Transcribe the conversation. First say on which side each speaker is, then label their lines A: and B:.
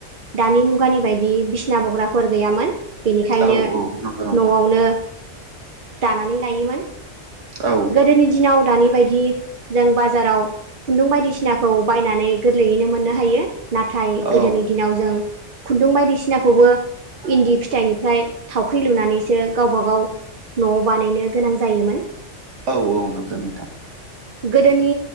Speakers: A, on the right; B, on the right.
A: दानि मुगानि बायदि बिसना बग्राफोर गैयामोन। बेनिखायनो
B: औ औ नंगौ नोंथां
A: न'आवनो। दानानै लायोमोन
B: औ
A: गोदोनि दिनाव दानि बायदि। जों बाजाराव खुन्दुं बायदिसिनाखौ बायनानै गोरलैयैनो मोननो हायो। नाथाय गोदोनि
B: औ
A: दिनाव जों। खुन्दुं बायदिसिनाखौबो इन्दि फिथाइनिफ्राय थावख्रि लुनानैसो गावबा गाव। न'आव बानायनो गोनां जायोमोन।
B: औ औ नोंगौ नोंथां।
A: गोदोनि